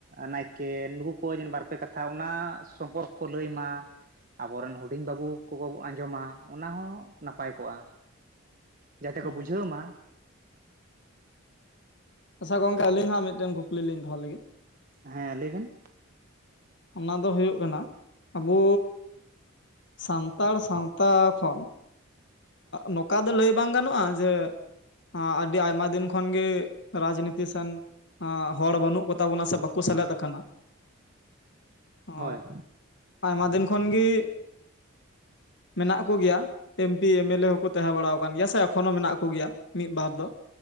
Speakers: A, on the right; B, on the left.
A: ᱱᱟᱭᱠᱮ ᱱᱩᱠᱩ ᱠᱚ ᱡᱮᱱᱮ ᱵᱟᱨᱯᱮ ᱠᱟᱛᱷᱟ ᱚᱱᱟ ᱥᱚᱢᱯᱚᱨᱠᱚ ᱠᱚ ᱞᱟᱹᱭ ᱢᱟ ᱟᱵᱚᱨᱮᱱ ᱦᱩᱰᱤᱧ ᱵᱟᱹᱵᱩ ᱠᱚᱠᱚ ᱟᱸᱡᱚᱢᱟ ᱚᱱᱟ ᱦᱚᱸ ᱱᱟᱯᱟᱭ ᱠᱚᱜᱼᱟ᱾ ᱡᱟᱛᱮ
B: ᱦᱮᱸ
A: ᱠᱚ ᱵᱩᱡᱷᱟᱹᱣ ᱢᱟ
B: ᱟᱪᱪᱷᱟ ᱜᱚᱢᱠᱮ ᱟᱹᱞᱤᱧ ᱦᱟᱸ ᱢᱤᱫᱴᱮᱱ ᱠᱩᱠᱞᱤᱧ ᱫᱚᱦᱚ ᱞᱟᱹᱜᱤᱫ᱾
A: ᱦᱮᱸ ᱞᱟᱹᱭ ᱵᱮᱱ᱾
B: ᱚᱱᱟ ᱫᱚ ᱦᱩᱭᱩᱜ ᱠᱟᱱᱟ ᱟᱵᱩ ᱥᱟᱱᱛᱟᱲ ᱥᱟᱶᱛᱟ ᱠᱷᱚᱱ ᱱᱚᱝᱠᱟ ᱫᱚ ᱞᱟᱹᱭ ᱵᱟᱝ ᱜᱟᱱᱚᱜᱼᱟ ᱡᱮ ᱟᱹᱰᱤ ᱟᱭᱢᱟ ᱫᱤᱱ ᱠᱷᱚᱱᱜᱤ ᱨᱟᱡᱽᱱᱤᱛᱤ ᱥᱮᱱ ᱦᱚᱲ ᱵᱟᱹᱱᱩᱜ ᱠᱚᱛᱟ ᱵᱚᱱᱟ ᱥᱮ ᱵᱟᱠᱚ ᱥᱮᱞᱮᱫ ᱟᱠᱟᱱᱟ᱾ ᱚ
A: ᱦᱳᱭ
B: ᱟᱭᱢᱟ ᱫᱤᱱ ᱠᱷᱚᱱ ᱜᱮ ᱢᱮᱱᱟᱜ ᱠᱚᱜᱮᱭᱟ᱾ ᱮᱢ ᱯᱤ ᱮᱢᱮᱞᱮ ᱦᱚᱸᱠᱚ ᱛᱟᱦᱮᱸ ᱵᱟᱲᱟ ᱟᱠᱟᱱ ᱜᱮᱭᱟ ᱥᱮ ᱮᱠᱷᱚᱱ ᱦᱚᱸ ᱢᱮᱱᱟᱜ ᱠᱚ ᱜᱮᱭᱟ ᱢᱤᱫ ᱵᱟᱨ ᱫᱚ᱾